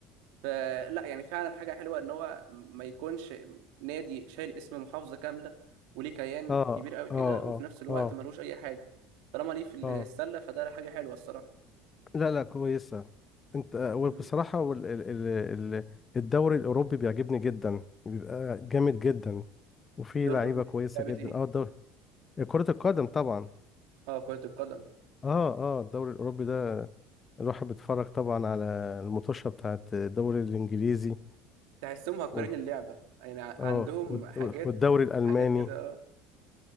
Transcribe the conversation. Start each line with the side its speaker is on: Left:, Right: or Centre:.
Right: فلا يعني فعلا حاجة حلوة إن هو ما يكونش نادي شايل اسم محافظة كاملة وليه كيان
Left: اه
Right: كبير قوي كده
Left: اه
Right: وفي
Left: اه
Right: نفس الوقت
Left: اه
Right: ملهوش أي حاجة طالما ليه في السلة
Left: اه
Right: فده حاجة حلوة الصراحة
Left: لا لا كويسة انت آه، وبصراحة
Right: مم.
Left: وال... ال... ال... ال... الدوري الاوروبي بيعجبني جدا بيبقى جامد جدا وفي
Right: دور
Left: لعيبة
Right: الربع
Left: كويسة
Right: في لعبة
Left: جدا
Right: إيه؟
Left: اه الدوري كرة القدم طبعا
Right: أه كرة القدم
Left: اه اه الدوري الاوروبي ده الواحد بيتفرج طبعا على المطوشه بتاعت الدوري الانجليزي
Right: تحسهم مهكرين
Left: و...
Right: اللعبة يعني ع- عندهم
Left: اه والد-
Right: حاجات
Left: والدوري الالماني
Right: حاجات كده أه